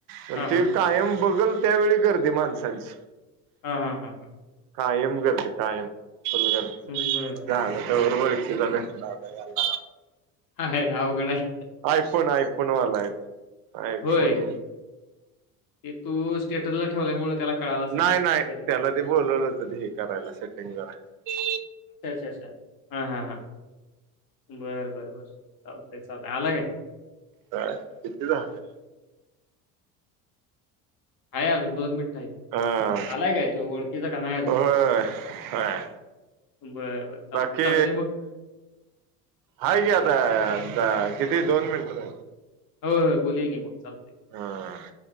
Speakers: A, on the right; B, on the left.
A: पण
B: हां,
A: ते
B: हां, हां.
A: कायम बघल त्यावेळी गर्दी माणसांची.
B: हा हा हा हा
A: कायम गर्दी. कायम फुल गर्दी
B: हां. बरं.
A: झालं र कला आहेला <inaudible>
B: आहे अवघड आहे.
A: आयफोन आयफोन वाला आहे <unintelligible> आयफोन
B: होय. ते तू स्टेटसला ठेवलाय मुळ त्याला कळालं असेल
A: नाही
B: आता
A: नाही
B: घेतलाय.
A: त्याला ते बोलवलं होत ते हे करायला सेटिंग कराय
B: छ <unintelligible> हा हा हा बर बरं बर चालत चाल आला काय
A: का तेथे झालं
B: आहे अजून दोन मिनिट
A: हा
B: आलाय काय तो ओळखीचा का नाही अजून
A: होय होय
B: बरं, बरं. चालतंय,
A: बाकी
B: चालतंय मग.
A: हाय गता <unintelligible> किती दोन मिनिटं राहील
B: होय होय बोल गी मग चाल
A: हा